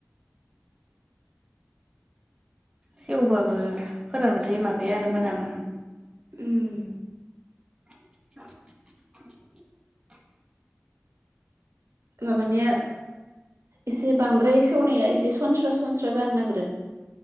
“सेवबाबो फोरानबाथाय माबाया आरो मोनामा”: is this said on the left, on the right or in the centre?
Right